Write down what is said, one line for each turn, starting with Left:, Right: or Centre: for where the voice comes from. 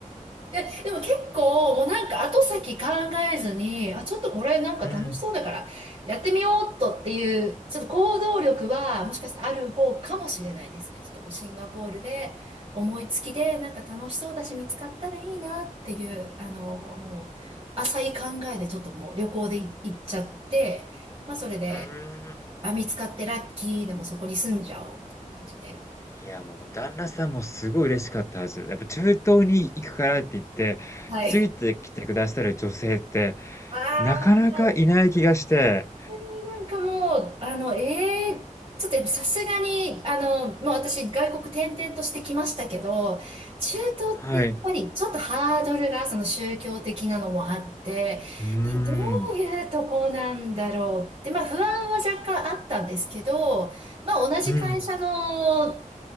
Right: で、でも結構、もうなんか後先考えずに、あ、ちょっとこれなんか楽しそうだから、
Left: うん。
Right: やってみようっとっていう、ちょっと行動力は、もしかしたらある方かもしれないですね。ちょっとこう、シンガポールで、思いつきで、なんか楽しそうだし、見つかったらいいなっていう、あの、もう、浅い考えでちょっともう旅行でい行っちゃって、まあそれで、
Left: うーん。
Right: あ、見つかってラッキーでもそこに住んじゃおう、みたいな感じで。
Left: いや、もう、旦那さんもすごい嬉しかったはず。やっぱ、中東に行くからって言って、
Right: はい。
Left: ついてきてくださる女性って、
Right: ああ。
Left: なかなかいない気がして。
Right: 当になんかもう、あの、ええちょっとやっぱさすがに、あの、もう私外国転々としてきましたけど、中東ってやっぱりちょっとハードルがその宗教的なのもあって、
Left: はい。うーん。
Right: え、どういうとこなんだろうって、まあ不安は若干あったんですけど、まあ同じ会社の
Left: うん。